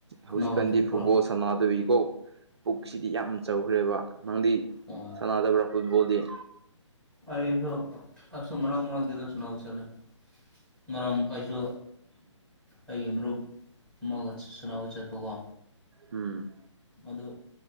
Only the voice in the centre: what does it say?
ꯀꯅꯥꯒ
ꯆꯠꯄ꯭ꯔꯥ
ꯎꯝ
ꯑꯩꯗꯣ ꯑꯁꯨꯝ ꯃꯔꯛ ꯃꯔꯛꯇꯥꯗꯤ ꯁꯅꯥ ꯆꯠꯂꯦ ꯉꯥꯔꯥꯡ ꯑꯩꯁꯨ ꯑꯩꯒꯤ ꯃꯔꯨꯞ ꯑꯃꯒ ꯁꯅꯥꯕ ꯆꯠꯄꯀꯣ
ꯑꯗꯨ